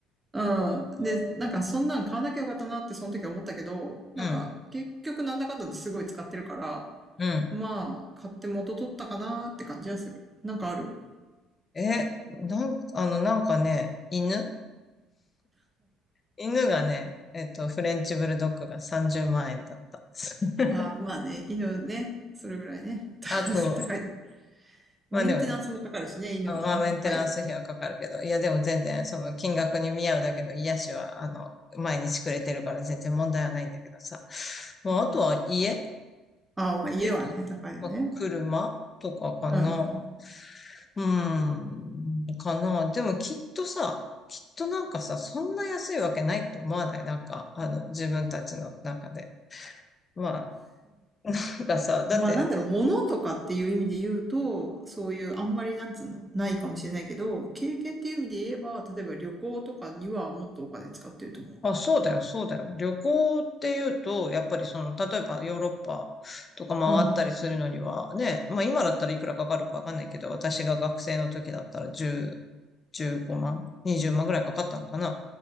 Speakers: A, on the right (about 15°); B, on the left (about 35°).
A: うん。
B: うん、
A: で、なんかそんなん買わなきゃよかったなってその時は思ったけど、なんか結局なんだかんだですごい使ってるから、
B: うん。うん
A: まあ、買って元取ったかなーって感じはする。なんかある
B: え、なん、あの、なんかね、犬犬がね、えっと、フレンチブルドッグが30万円だった。<laughs>
A: ああ、まあね、犬ね、それぐらいね。<laughs> た高い。
B: あと、まあでもね
A: メンテナンスもかかるしね、犬はね、
B: あの、まあ、メンテナンス費はかかるけど、
A: 高いよね。
B: いや、でも全然、その金額に見合うだけの癒しは、あの、毎日くれてるから全然問題はないんだけどさ。まあ、
A: うん。
B: あとは家
A: ああ、まあ家はね、
B: 家と、
A: 高いよね。
B: まあ、車とかかな。
A: うんうん。
B: うーん、かな。でもきっとさ、きっとなんかさ、そんな安いわけないって思わないなんか、あの、自分たちの中で。まあ、なんかさ、だって、
A: まあなんだろう、物とかっていう意味で言うと、そういうあんまりなんつうの、ないかもしれないけど、経験っていう意味で言えば、例えば旅行とかにはもっとお金使ってると思
B: あ、そうだよ、そうだよ。旅行っていうと、やっぱりその、例えばヨーロッパとか回ったりするのには、
A: う。うん。
B: ね、まあ今だったらいくらかかるかわかんないけど、私が学生の時だったら10、15万、20万ぐらいかかったのかな